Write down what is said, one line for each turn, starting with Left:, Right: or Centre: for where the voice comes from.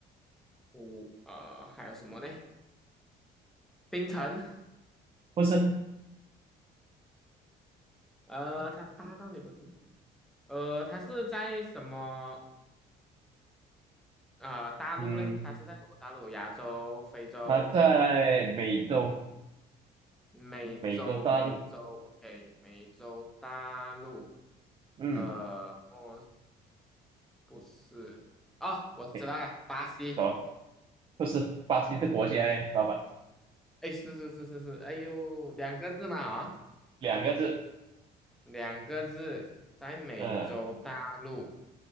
Centre: 湖，呃，还有什么呢？冰城，
Right: 不是，
Centre: 呃，它大到你不知，呃，它是在什么，呃，大陆嘞？
Right: 嗯，
Centre: 它是在什么大陆？亚洲、非洲、
Right: 他在美洲，
Centre: 美洲、
Right: 美洲大陆，
Centre: 美洲，OK，美洲大陆，
Right: 嗯，
Centre: 呃，哦，不是，哦，我知道了，
Right: 诶
Centre: 巴西。
Right: 什么？不是，巴西是国家诶，老板，
Centre: 哎，是是是是是，哎呦，两个字嘛啊，
Right: 两个字，
Centre: 两个字，在美洲大陆，
Right: 呃，